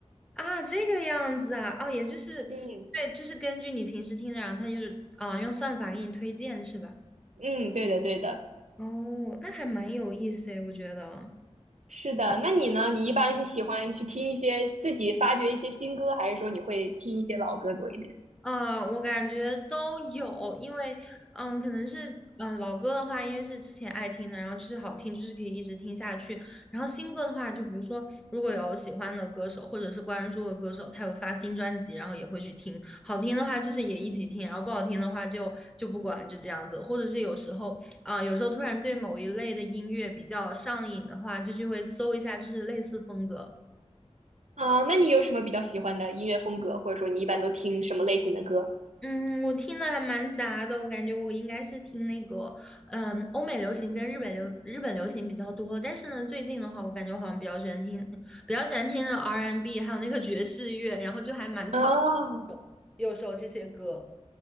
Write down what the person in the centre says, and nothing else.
啊，这个样子啊，哦，也就是对，
就是根据你平时听的，然后它就是啊，用算法给你推荐是吧？
哦，那还蛮有意思诶，我觉得。
呃，我感觉都有，因为嗯，可能是嗯老歌的话，因为是之前爱听的，然后就是好听，就是可以一直听下去。然后新歌的话，就比如说如果有喜欢的歌手或者是关注的歌手，他有发新专辑，然后也会去听。好听的话就是也一起听，然后不好听的话就就不管，就这样子。或者是有时候啊、有时候突然对某一类的音乐比较上瘾的话，就就会搜一下，就是类似风格。
嗯，我听的还蛮杂的，我感觉我应该是听那个，嗯，欧美流行跟日本流日本流行比较多。但是呢，最近的话，我感觉我好像比较喜欢听，比较喜欢听的 R&B，还有那个爵士乐，然后就还蛮早，
有时候这些歌。